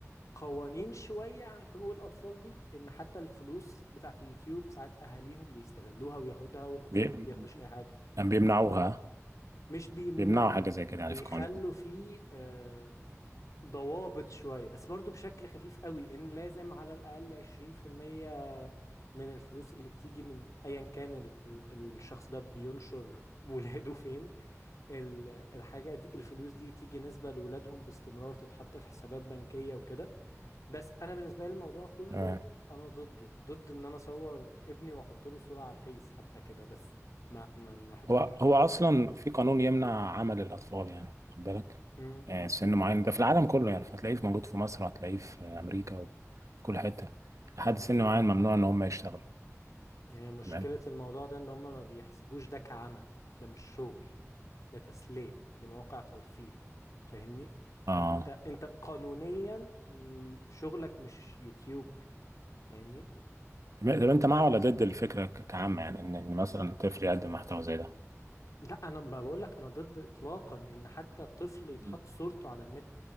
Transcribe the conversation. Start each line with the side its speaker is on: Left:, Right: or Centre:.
Left: قوانين شوية عن حقوق الأطفال دي إن حتى الفلوس بتاعت يوتيوب ساعات أهاليهم بيستغلوها وياخدها والأطفال
Right: بي-
Left: ما بياخدوش أي حاجة
Right: يعني بيمنعوها
Left: مش بيمنعوا
Right: بيمنعوا حاجة زي كده
Left: بيخلوا
Right: يعني في قوانين
Left: فيه آه، ضوابط شوية بس برضو بشكل خفيف قوي إن لازم على الأقل 20% من الفلوس اللي بتيجي من أيا كان ال ال الشخص ده بينشر <laughs> ولاده فين ال- الحاجة دي الفلوس دي تيجي نسبة لولادهم باستمرار تتحط في حسابات بنكية وكده بس انا بالنسبه لي الموضوع كله
Right: تمام
Left: انا ضده ضد ان انا اصور ابني واحط له صوره على الفيس حتى كده بس ما ما ما بحبوش
Right: هو هو أصلا في قانون يمنع عمل الأطفال يعني خد بالك
Left: امم
Right: يعني سن معين ده في العالم كله يعني فهتلاقيه في- موجود في مصر هتلاقيه في أمريكا وفي كل حتة لحد سن معين ممنوع إن هم يشتغلوا
Left: هي مشكله
Right: تمام
Left: الموضوع ده ان هم ما بيحسبوش ده كعمل ده مش شغل ده تسليه دي مواقع ترفيه فاهمني
Right: آه
Left: ما انت انت قانونيا مم، شغلك مش يوتيوبر فاهمني
Right: تمام
Left: ده مش-
Right: طب أنت مع ولا ضد الفكرة ك- كعامة يعني إن إن مثلا طفل يقدم محتوى زي ده
Left: لا انا ما بقولك انا ضد اطلاقا ان حتى طفل يتحط
Right: مم.
Left: صورته على النت